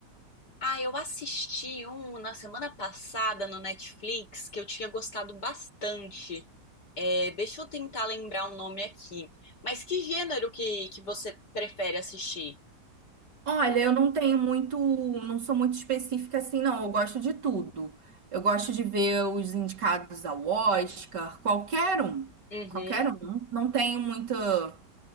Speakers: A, on the left; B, on the right.
A: Ah, eu assisti um na semana passada no Netflix que eu tinha gostado bastante. É, deixa eu tentar lembrar o nome aqui. Mas que gênero que, que você prefere assistir?
B: Olha, eu não tenho muito, não sou muito específica assim, não. Eu gosto de tudo. Eu gosto de ver os indicados ao Oscar, qualquer um,
A: Uhum,
B: qualquer um. Não tenho muita,